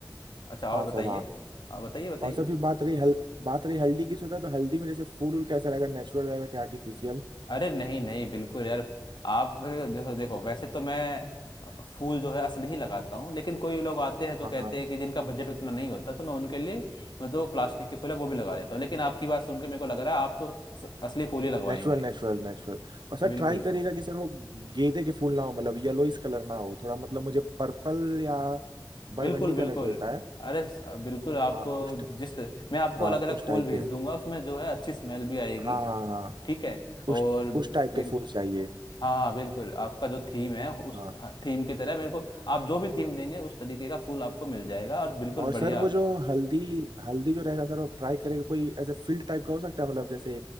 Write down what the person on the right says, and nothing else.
हाँ
सर हाँ
और सर फिर बात रही हल बात रही हल्दी की सोचा तो हल्दी में जैसे फूल वूल कैसा रहेगा नेचुरल रहेगा कि आर्टिफिशियल
हाँ
हाँ
नेचुरल नेचुरल नेचुरल और सर
ट्राई करिएगा कि सर वो गेंदे के फूल ना हो मतलब येलोइस कलर ना हो थोड़ा मतलब मुझे पर्पल या
बरगंडी
कलर जो होता है
हाँ उस टा-
हाँ
उस
टाइप
के
हाँ हाँ हाँ
उस उस टाइप
के फूल चाहिए
हाँ
और
सर वो जो हल्दी हल्दी जो रहेगा सर आप ट्राई करेगा कोई ऐसे फील्ड टाइप का हो सकता है मतलब जैसे